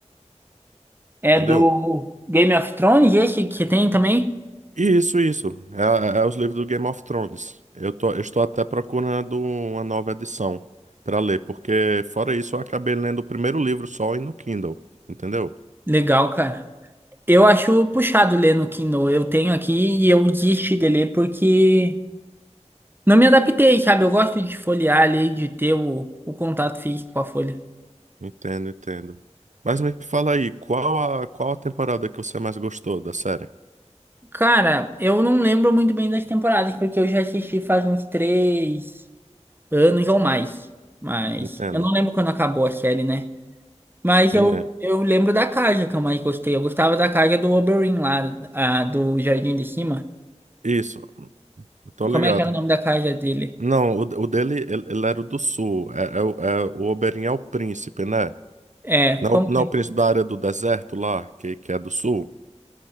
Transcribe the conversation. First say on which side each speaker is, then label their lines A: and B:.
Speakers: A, on the right; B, on the right.
A: É
B: entendeu?
A: do Game of Thrones, esse que tem também?
B: E isso, isso. É, é é os livros do Game of Thrones. Eu tô, eu estou até procurando uma nova edição pra ler, porque fora isso eu acabei lendo o primeiro livro só e no Kindle, entendeu?
A: Legal, cara. Eu acho puxado ler no Kindle. Eu tenho aqui e eu desisti de ler porque Não me adaptei, sabe? Eu gosto de folhear ali, de ter o, o contato físico com a folha.
B: Entendo, entendo. Mas me fala aí, qual a, qual a temporada que você mais gostou da série?
A: Cara, eu não lembro muito bem das temporadas, porque eu já assisti faz uns três anos ou mais. Mas
B: Entendo.
A: eu não lembro quando acabou a série, né? Mas
B: Ele
A: eu,
B: é...
A: eu lembro da casa que eu mais gostei. Eu gostava da casa do Oberyn lá, a, do Jardim de Cima.
B: Isso, eu tô ligado.
A: Como é que era o nome da casa dele?
B: Não, o, o dele, ele, ele era o do sul. É, é, o é o Oberyn é o príncipe, né?
A: É,
B: Não,
A: como
B: não
A: que...
B: é o príncipe da área do deserto lá, que, que é do sul.